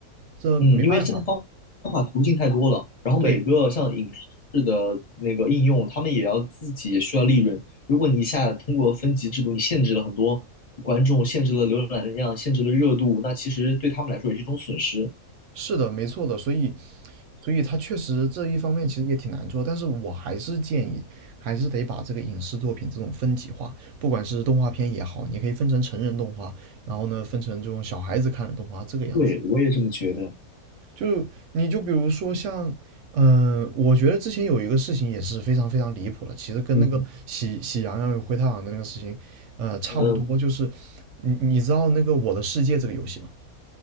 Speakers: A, on the right; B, on the left.
A: 这没办法，
B: 嗯，因为现在方方法途径太多了，然后每个像影视的那个应用，
A: 对，
B: 他们也要自己也需要利润。如果你一下通过分级制度，你限制了很多观众，限制了浏览量，限制了热度，那其实对他们来说也是一种损失。
A: 是的，没错的，所以，所以他确实这一方面其实也挺难做，但是我还是建议，还是得把这个影视作品这种分级化，不管是动画片也好，你可以分成成人动画，然后呢，分成这种小孩子看的动画，这个样子。
B: 对，我也这么觉得。
A: 就你就比如说像，嗯、我觉得之前有一个事情也是非常非常离谱的，其实跟那个喜喜羊羊与灰太狼的那个事情，
B: 嗯，
A: 呃，差不多，
B: 嗯，
A: 就是你你知道那个《我的世界》这个游戏吗？